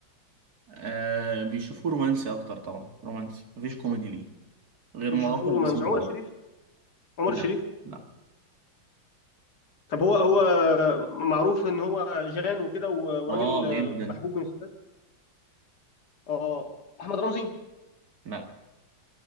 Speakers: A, on the right; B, on the left.
A: آه، بيشوفوه رومانسي اكتر طبعا رومانسي مفيش كوميدي ليه غير
B: بيشوفوه
A: مواقف
B: رومانسي
A: بسيطة
B: عمر الشريف
A: أوي
B: عمر
A: لا
B: الشريف
A: لا
B: طب هو هو معروف ان هو جان وكده و- وراجل
A: اه
B: آه،
A: جدا
B: محبوب من الستات اه احمد رمزي
A: لا